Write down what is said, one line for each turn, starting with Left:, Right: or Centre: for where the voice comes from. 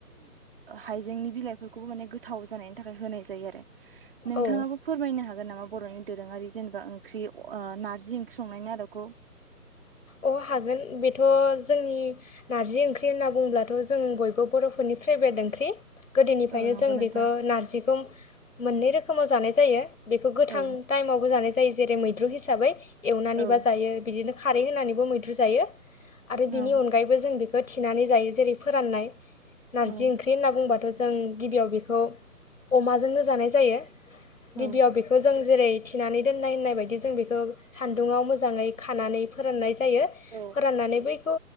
Right: हाइजेंनि बिलाइफोरखौबो माने गोथाव जानायनि थाखाय होनाय जायो आरो नोंथाङाबो
Left: औ
Right: फोरमायनो हागोन नामा बर'नि दोरोङा ओंख्रि ओ नारजि ओंख्रि संनायनि आदोबखौ
Left: अ हागोन बेथ' जोंनि नारजि ओंख्रि होन बुंब्लाथ' जों बयबो बर'फोरनि फेभ्रेट ओंख्रि गोदोनिफ्रायनो
Right: औ नंगौ
Left: जों
Right: नोंथां
Left: बेखौ नारजिखौ मोननै रोखोमाव जानाय जायो। बेखौ गोथां
Right: औ
Left: टाइमावबो जानाय जायो जेरै मैद्रु हिसाबै एवनानैबा
Right: औ
Left: जायो बिदिनो खारै होनानैबो मैद्रु जायो आरो
Right: औ
Left: बिनि अनायैबो जों बे खौ थिनानै जायो जेरै फोराननाय नारजि
Right: औ
Left: ओंख्रि होनना बुंबा जों गिबियाव बेखौ अमाजोंनो जानाय जायो
Right: औ
Left: गिबियाव बेखौ जों जेरै थिनानै दोननाय होननाय बायदि जों बेखौ सान्दुङाव मोजाङै खानानै फोराननाय जा जायो
Right: औ
Left: फोराननानै बैखौ